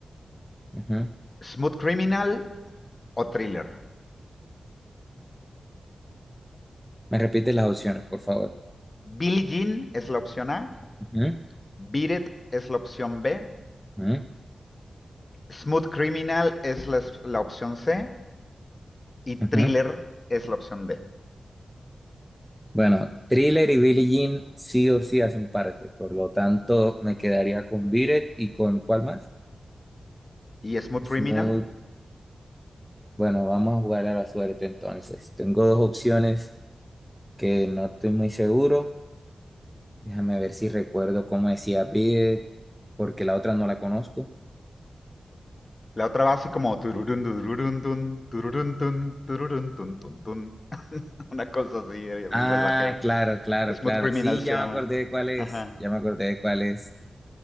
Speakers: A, in the centre; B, on the left (about 30°).
A: ujú.
B: Smooth Criminal o Thriller.
A: Me repites las opciones, por favor.
B: Billie Jean es la opción A,
A: Ujú,
B: Beat It es la opción B
A: ujú,
B: Smooth Criminal es la, la opción C y
A: ujú.
B: Thriller es la opción D.
A: Bueno, Thriller y Billie Jean sí o sí hacen parte, por lo tanto me quedaría con Biret y con ¿cuál más?
B: Y Smooth
A: Smooth.
B: Criminal,
A: Bueno, vamos a jugar a la suerte entonces. Tengo dos opciones que no estoy muy seguro. Déjame ver si recuerdo cómo decía Bid, porque la otra no la conozco.
B: la otra va así como tururun, tururun, tun, tururun, tun, tururun, tun, tun, tun. <laughs> Una cosa así, eh, viva
A: Ah,
B: el bajeo.
A: claro, claro,
B: Smooth
A: claro.
B: Criminal
A: Sí,
B: se
A: ya
B: llama.
A: me acordé de cuál es.
B: Ajá.
A: Ya me acordé de cuál es.